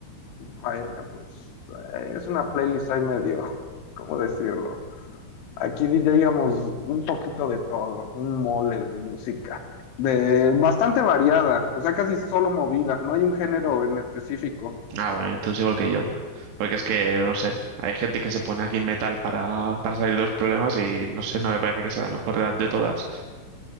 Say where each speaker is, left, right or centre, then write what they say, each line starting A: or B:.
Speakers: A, on the left (about 70°); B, on the right (about 60°).
A: faena, pues eh, es una playlist ahí medio, <laughs> ¿cómo decirlo? Aquí diríamos un poquito de todo, un mole de música, de bastante variada, o sea, casi solo movida, no hay un género en específico.
B: Ah, bueno, entonces igual que yo. Porque es que, no sé, hay gente que se pone aquí metal para, para salir de los problemas y no sé, no me parece que sea la mejor edad de todas.